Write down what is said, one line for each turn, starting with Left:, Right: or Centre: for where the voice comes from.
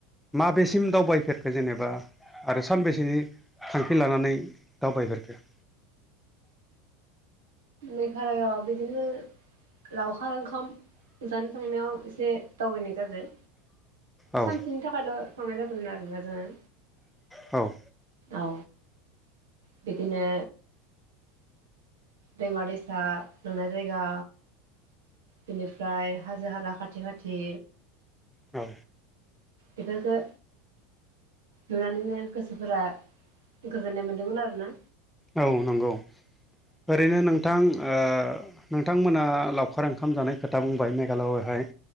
Centre: माबेसिम दावबायफेर बे जेनेबा आरो सानबेसेनि थांखि लानानै दावबायगोरखो
Right: मेधालया बिदिनो लावखार ओंखाम जानो थांनायाव एसे दावबायनाय जादो।
Centre: औ
Right: सानसेनि थाखायल' थांनाय जादोंमोन आरोना जोङो।
Centre: औ
Right: औ बिदिनो दैमा दैसा नुनाय जायगा बेनिफ्राय हाजो हाला खाथि खाथि
Centre: औ
Right: बेफोरखो नुनानैनो गोसोफोरा गोजोननाय मोन्दोंमोन आरो ना।
Centre: औ नंगौ ओरैनो नों थां ओ नोंथांमोना लावखार ओंखाम जानाय खोथा बुंबाय मेघालयआवहाय